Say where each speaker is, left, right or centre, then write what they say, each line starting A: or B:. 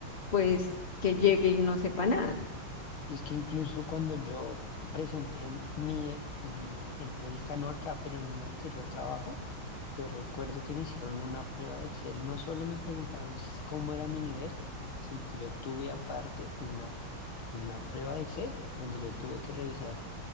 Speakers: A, on the left; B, on the left.
A: pues que llegue y no sepa nada.
B: Y es que incluso cuando yo presenté mi, mi entrevista, no acá, pero en un anterior trabajo, yo recuerdo que me hicieron una prueba de Excel. No solo me preguntaron s- cómo era mi nivel, sino que yo tuve aparte una, una prueba de Excel donde yo tuve que revisar